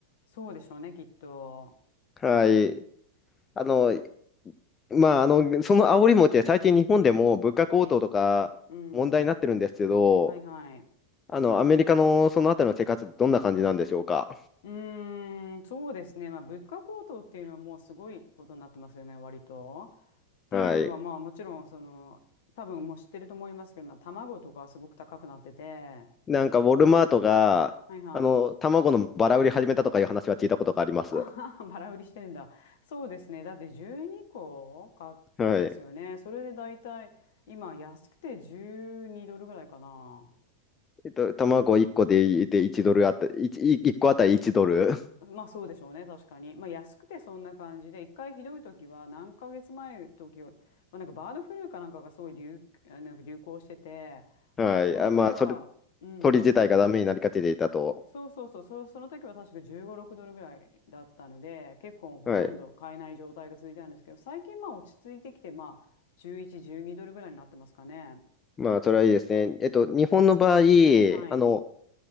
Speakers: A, on the left; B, on the left.
A: そうでしょうね、きっと。
B: はい。あの、まあ、あの、その煽り餅は最近日本でも物価高騰とか問題になってるんですけど、
A: はい。うん。はいはい。
B: あの、アメリカのそのあたりの生活ってどんな感じなんでしょうか。
A: うーん、そうですね。まあ、物価高騰っていうのはもうすごいことになってますよね、割と。っていうのは、
B: はい。
A: まあ、もちろん、その、多分もう知ってると思いますけど、まあ、卵とかはすごく高くなってて、
B: なんか、ウォルマートが、
A: はいはい。
B: あの、
A: <laughs>
B: 卵のバラ売り始めたとかいう話は聞いたことがあります。
A: ああ、<laughs> バラ売りしてるんだ。そうですね。だって12個かですよね。
B: はい。
A: それで大体、今安くて12ドルぐらいかな。
B: えっと、卵1個で、で1ドルあった、1、い一個あたり1ドル。
A: まあそうでしょうね、確かに。まあ安くてそんな感じで、一回ひどい時は何ヶ月前の時は、まあ、なんかバードフルーかなんかがすごい流、あなんか流行してて、
B: <laughs> はい。
A: この時は、
B: あ、まあ、それ、
A: うん、
B: 鳥自体がダメになりかけていたと。
A: そうそうそう、そ、その時は確か15、6ドルぐらいだったので、結構ほとんど買えない状態が続いたんですけど、
B: はい。
A: 最近まあ落ち着いてきて、まあ11、12ドルぐらいになってますかね。
B: まあ、それはいいですね。えっと、日本の場合、
A: はい。
B: あの、